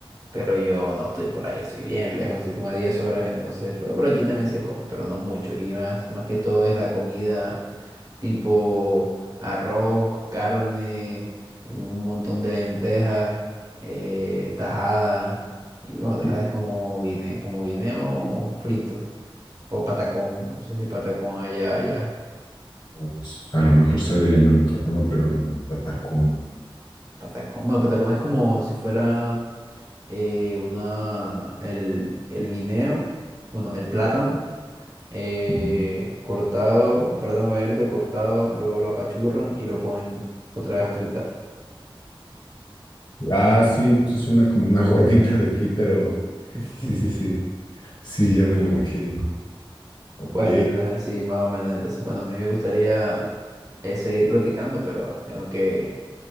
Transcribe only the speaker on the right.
pero yo no estoy por ahí, estoy bien lejos, estoy como a 10 horas, entonces, pero por aquí también se come, pero no mucho, aquí más, más que todo es la comida tipo arroz, carne, un montón de lentejas, eh, tajada, y bueno, tajada
es como guine, como guineo frito, o patacón, no sé si patacón allá, allá.
Patacón. Bueno, patacón es como si fuera eh, una, el, el guineo, bueno, el plátano, eh,
cortado, un plátano verde cortado, luego lo apachurran y lo ponen otra vez a fritar.
<laughs>
Bueno, entonces así más o menos. Entonces, bueno, a mí me gustaría eh, seguir platicando, pero tengo que...